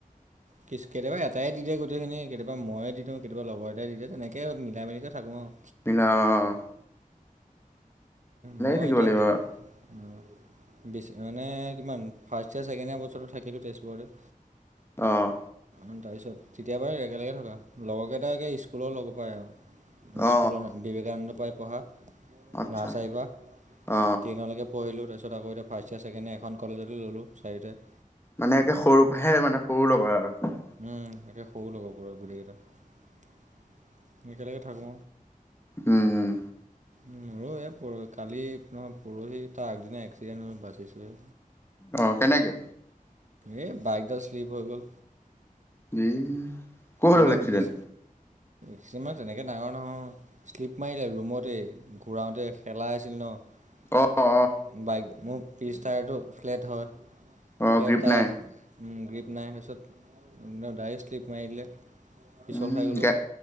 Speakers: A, on the right; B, on the left.
A: কি কেতিয়াবা এটাই দি দে গোটেইখিনি কেতিয়াবা ময়ে দিওঁ কেতিয়াবা লগৰ এটাই দে তেনেকৈে মিলাই মিলিকৈ থাকো আৰু
B: অঁ
A: মই
B: থাকিব
A: এতিয়া
B: লাগিব
A: অঁ
B: অ
A: বেছি মানে কিমান ফাৰ ছেকেন্দেৰি বছৰটো থাকিলো তেজপুৰতে
B: অঁ
A: তাৰপিছত তেতিয়া বাৰ একেলগে থকা লগৰ কেইটাই একে স্কুলৰ লগৰ পৰাই আৰু।
B: অ
A: স্কুলৰ বিবেকানন্দৰপৰাই পঢ়া,
B: আচ্ছা
A: নাৰ্চাৰীৰপৰা
B: অ
A: টেইনলৈকে। পঢ়িলো তাৰপিছ আকৌ এতিয়া ফাৰ্ষ্ট য়াৰ ছেকেণ্ড ইয়াৰ এখন কলেজতে ল'লো চাৰিটাই।
B: মানে একে সৰুহে মানে সৰু লগৰ আৰু।
A: উম, একে সৰু লগাবৰ পাৰা গোটেইকেইটা। একেলগে থাকোঁ।
B: উম, উম।
A: উম, আৰু এ, পৰ কালি নহয় পৰহি তাৰ আগদিনা এক্সিডেণ্ট হৈ বাচিছোহে।
B: অ' কেনেকে?
A: এ, বাইকডাল শ্লিপ হৈ গ'ল।
B: ই ক'ত
A: মানে
B: হ'ল এক্সিডেণ্ট
A: বেছ, কিছুমান তেনেকে ডাঙৰ নহয়। শ্লিপ মাৰিলে ৰুমতে, ঘূৰাওঁতে খেলাই আছিল ন'।
B: অ অ
A: বাইক মোৰ পিচ টায়াৰটো ফ্লেট হয়।
B: অ
A: ফ্লেট
B: গ্ৰীপ
A: তায়াৰ
B: নাই
A: উম, গ্ৰীপ নাই তাৰপিছত ডাইৰেক্ট শ্লিপ মাৰি দিলে। পিছল
B: উম,
A: খাই গ'লোঁ
B: গা